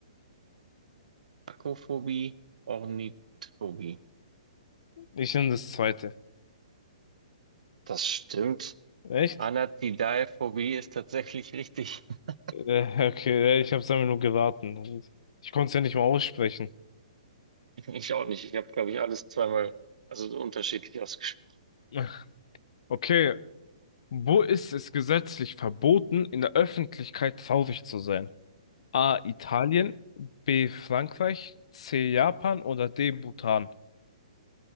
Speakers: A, on the right; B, on the left.
A: Anatiakophobie, Ornithophobie.
B: Ich nehm das zweite.
A: Das stimmt.
B: Echt?
A: Anatidaephobie ist tatsächlich richtig. <laughs>
B: Äh, okay, äh, ich hab's einfach nur geraten. Ich konnte es ja nicht mal aussprechen.
A: Ich auch nicht. Ich habe, glaube ich, alles zweimal, also unterschiedlich ausgesprochen.
B: <laughs> Okay, wo ist es gesetzlich verboten, in der Öffentlichkeit traurig zu sein? A. Italien, B. Frankreich, C. Japan oder D. Bhutan?